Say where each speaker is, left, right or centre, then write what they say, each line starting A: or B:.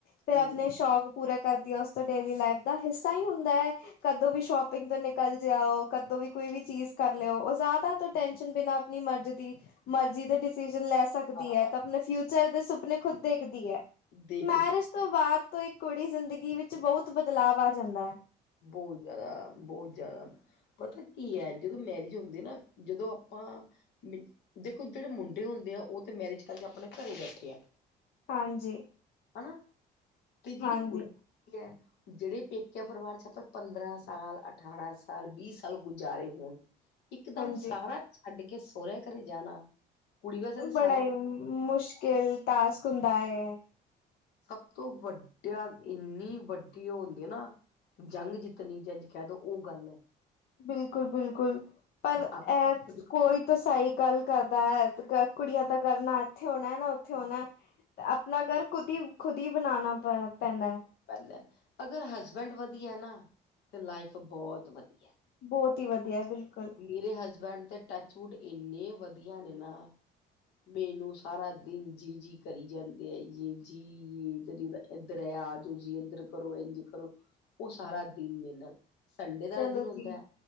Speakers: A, on the left; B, on the left.
A: ਫੇਰ,
B: ਹੂੰ,
A: ਆਪਣੇ ਸ਼ੌਕ। ਪੂਰਾ ਕਰਦੀ ਹੈ ਉਸ ਤੋਂ ਡੇਲੀ ਲਾਈਫ ਦਾ ਹਿੱਸਾ ਹੀ ਹੁੰਦਾ ਹੈ, ਕਦੋ ਵੀ ਸ਼ੋਪਿੰਗ ਤੋ ਨ ਓ ਕਦੋਂ ਵੀ ਕੋਈ ਵੀ ਚੀਜ ਕਰ ਲਿਓ, ਉਹ ਜਿਆਦਾ ਤੋਂ ਟੈਨਸ਼ਨ ਬਿਨਾਂ ਆਪਣੀ ਮਰਜ਼ ਦੀ। ਮਰਜ਼ੀ ਦੇ ਡਿਸੀਜ਼ਨ ਲੈ ਸਕ ਦੇਖਦੀ
B: ਹਾਂ
A: ਹੈ, ਆਪਣੇ ਫਿਊਚਰ ਦੇ ਸੁਪਨੇ ਖੁਦ ਦੇਖਦੀ ਹੈ,
B: ਦੇਖ
A: ਮੈਰਿਜ ਤੋਂ ਬਾਅਦ, ਤੋਂ ਇੱਕ, ਕੁੜੀ ਜ਼ਿੰਦਗੀ ਵਿੱਚ, ਬਹੁਤ ਬਦਲਾਵ ਆ ਜਾਂਦਾ ਹੈ।
B: ਬਹੁਤ ਜ਼ਿਆਦਾ, ਬਹੁਤ ਜ਼ਿਆਦਾ। ਪਤਾ ਕੀ ਹੈ, ਜਦੋਂ ਮੈਰਿਜ ਹੁੰਦੀ, ਨਾ। ਜਦੋਂ ਆਪਾਂ। ਦੇਖੋ ਜਿਹੜੇ ਮੁੰਡੇ ਹੁੰਦੇ, ਆ। ਉਹ ਤੇ, ਮੈਰਿਜ ਕਰਕੇ, ਆਪਣੇ ਘਰੇ ਬੈਠੇ ਆ।
A: ਹਾਂਜੀ।
B: ਹਨਾ ਤੇ ਜਿਹੜੀ
A: ਹਾਂਜੀ,
B: ਕੁੜਤੀ ਹੈ। ਜਿਹੜੇ ਪੇਕਿਆ ਪਰਿਵਾਰ ਚਚ। ਆਪਾਂ ਪੰਦਰਾਂ ਸਾਲ ਅਠਾਰਾਂ ਸਾਲ। ਵੀਹ ਸਾਲ ਗੁਜ਼ਾਰੇ ਹੋਣ। ਇਕਦਮ
A: ਹਾਂਜੀ।
B: ਸਾਰਾ ਛੱਡ ਕੇ ਸੋਹੁਰੇ ਘਰੇ ਜਾਣਾ। ਕੁੜੀ ਵਾਸਤੇ ਤਾਂ ਸਾਰਾ
A: ਬੜਾ ਹੀ
B: ਕੁਛ
A: ਮੁਸ਼ਕਿਲ ਟਾਸਕ ਹੁੰਦਾ ਹੈ।
B: ਸਭ ਤੋਂ ਵੱਡਾ ਇੰਨੀ ਵੱਡੀ ਉਹ ਹੁੰਦੀ ਹੈ ਨਾ। ਜੰਗ ਜਿੱਤਣੀ ਜੰਜ ਕਹਿ ਦਉ ਉਹ ਗੱਲ ਹੈ।
A: ਬਿਲਕੁਲ ਬਿਲਕੁਲ ਪਰ
B: ਆਪ
A: ਇਹ ਕੋਈ ਤਾਂ ਸਹੀ ਗੱਲ ਕਰਦਾ ਹੈ। ਕੁੜੀਆਂ ਦਾ ਘਰਨਾ ਇੱਥੇ ਹੋਣਾ ਨਾ ਉੱਥੇ ਹੋਣਾ ਤੇ ਆਪਣਾ ਘਰ ਕੁਦੀ। ਖੁਦ ਹੀ ਬਣਾਾਨਣਾ ਪੈ। ਨਾ
B: ਪਹਿਲਾਂ ਅਗਰ ਹਸਬੈਂਡ ਵਧੀਆ ਨਾ ਤੇ ਲਾਈਫ ਬਹੁਤ ਵਧੀਆ।
A: ਬਹੁਤ ਹੀ ਵਧੀਆ ਬਿਲਕੁਲ।
B: ਮੇਰੇ ਹਸਬੈਂਡ ਤੇ ਟਚਵੁੱਡ ਇੰਨੇ ਵਧੀਆ ਨੇ ਨਾ। ਮੈਨੂੰ ਸਾਰਾ ਦਿਨ ਜੀ ਜੀ ਕਰੀ ਜਾਂਦੇ ਆ ਯੇ ਜੀ ਯ ਇਧਰ। ਇੱਧਰ ਆ ਆ ਜਾਓ ਜੀ ਇੱਧਰ ਕਰੋ ਇੰਝ ਕਰੋ ਉਹ ਸਾਰਾ ਦਿਨ ਮੇਰੇ ਨਾਲ। ਸੰਡੇ ਦਾ
A: ਚਲੋ
B: ਦਿਨ ਹੁੰਦਾ
A: ਜੀ
B: ਹੈ